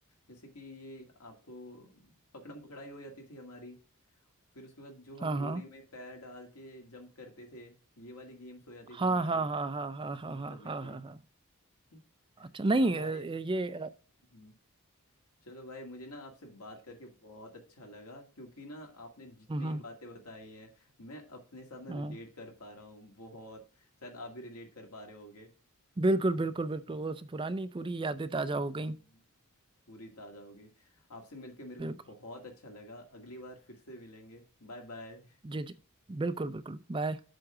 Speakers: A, on the left; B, on the right.
A: जैसे कि ये आपको पकड़म पकड़ाई हो जाती थी हमारी फिर उसके बाद जो हम
B: हाँ
A: बोरी में पैर डाल के जंप करते थे ये वाली गेम्स हो जाती थी
B: हाँ
A: हमारी
B: हाँ हाँ हाँ हाँ हाँ
A: ये
B: हाँ
A: सब भी
B: हाँ
A: थी
B: हाँ हाँ
A: <laughs>
B: हाँ अच्छा
A: चलो
B: नहीं
A: भाई
B: अ, ये अ,
A: हम्म, चलो भाई मुझे ना आपसे बात करके बहुत अच्छा लगा क्योंकि ना आपने जितनी
B: हम्म
A: बातें बताई हैं मैं अपने साथ ना
B: हाँ,
A: रिलेट कर पा रहा हूँ बहुत शायद आप भी रिलेट कर पा रहे होगे
B: बिल्कुल बिल्कुल बिल्कुल वो सब पुरानी पूरी यादें ताजा हो
A: हम्म।
B: गई
A: पूरी ताजा हो गई आपसे मिलके मेरे को
B: बिल्कुल
A: बहुत अच्छा लगा अगली बार फिर से मिलेंगे Bye bye
B: जी जी बिल्कुल बिल्कुल बाय